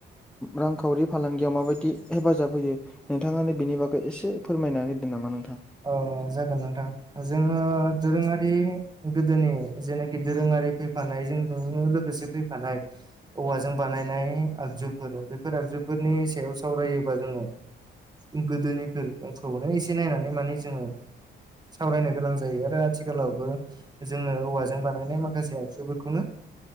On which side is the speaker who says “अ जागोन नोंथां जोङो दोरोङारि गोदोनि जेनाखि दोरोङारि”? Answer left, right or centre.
Right